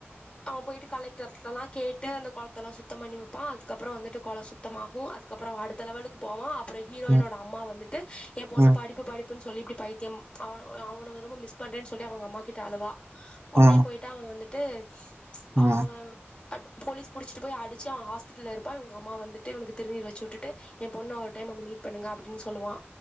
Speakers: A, on the left; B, on the right.
A: அவன் போயிட்டு கலெக்டர் எல்லாம் கேட்டு அந்த குளத்த எல்லா சுத்தம் பண்ணி வைப்பான் அதுக்கப்புறம் வந்துட்டு குளம் சுத்தமாகு போவோ அதுக்கப்புற அடுத்த லெவலுக்கு போவோ அப்புற ஹீரோயனோட
B: ம்
A: அம்மா வந்துட்டு ஏ பொண்ணு
B: ம்
A: படிப்பு படிப்பு சொல்லி இப்படி பைத்தியம் அவ அவ ரொம்ப மிஸ் பண்றேன்ன சொல்லி அவங்க அம்மா கிட்ட அழுவா ஒடனே
B: ம்
A: போய்ட்டா அவ வந்துட்டு
B: ம்
A: அவ் அவ அ போலீஸ் புடிச்சட்டு போய் அடிச்சு அவ ஹாஸ்பிட்டல்ல இருப்பா அவங்க அம்மா வந்துட்டு அனுக்கு திருநீர் வச்சு விட்டு ஏ பொண்ணு ஒரு டைம் வந்து மீட் பண்ணுங்க அப்டின்னு சொல்லுவா